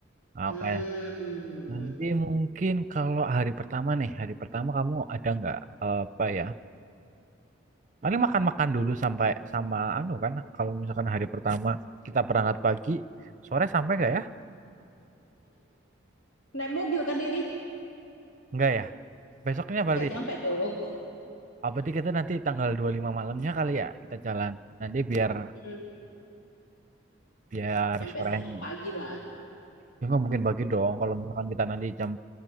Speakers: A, on the left; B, on the right.
A: Hmm.
B: Oke. Nanti mungkin kalau hari pertama nih, hari pertama kamu ada nggak apa ya? Paling makan-makan dulu sampai sama anu kan. Kalau misalkan hari pertama kita berangkat pagi, sore sampai nggak ya?
A: Naik mobil kan ini?
B: Nggak ya. Besoknya
A: Nggak
B: balik
A: nyampe dong.
B: Apa berarti kita nanti tanggal 25 malamnya kali ya kita jalan. Nanti biar
A: Hmm.
B: biar
A: Nyampe
B: sorenya.
A: sana pagi lah.
B: Ya nggak mungkin pagi dong kalau misalkan kita nanti jam